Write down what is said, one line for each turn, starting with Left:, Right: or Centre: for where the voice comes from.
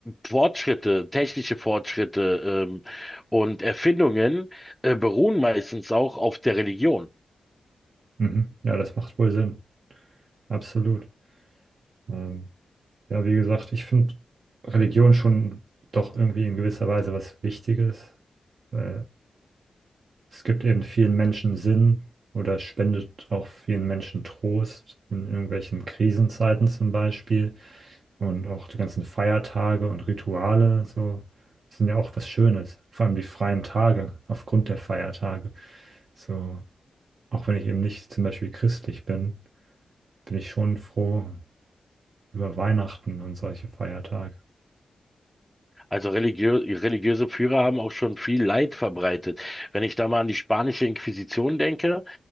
Centre: Fortschritte, technische Fortschritte, ähm, und Erfindungen äh, beruhen meistens auch auf der Religion.
Right: Mhm. Ja, das macht wohl Sinn, absolut. Ähm, ja, wie gesagt, ich finde Religion schon doch irgendwie in gewisser Weise was Wichtiges, weil Es gibt eben vielen Menschen Sinn oder spendet auch vielen Menschen Trost in irgendwelchen Krisenzeiten zum Beispiel. Und auch die ganzen Feiertage und Rituale, so sind ja auch was Schönes. Vor allem die freien Tage aufgrund der Feiertage. So, auch wenn ich eben nicht zum Beispiel christlich bin, bin ich schon froh über Weihnachten und solche Feiertage.
Centre: Also religiö religiöse Führer haben auch schon viel Leid verbreitet. Wenn ich da mal an die spanische Inquisition denke,